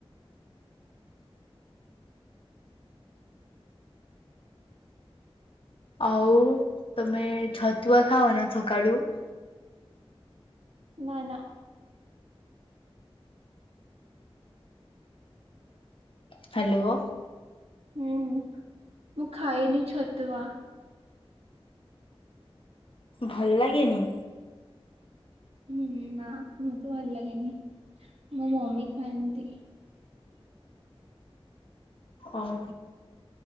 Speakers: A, on the left; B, on the right.
A: ଆଉ ତମେ ଛତୁଆ ଖାଅ ନା ସକାଳୁ
B: ନା ନା
A: ହ୍ୟାଲୋ
B: ହୁଁ ମୁଁ ଖାଏନି ଛତୁଆ
A: ଭଲ ଲାଗେନି
B: ହୁଁ ନା ମତେ ଭଲ ଲାଗେନି ମୋ ମମି ଖାଆନ୍ତି
A: ଓହୋ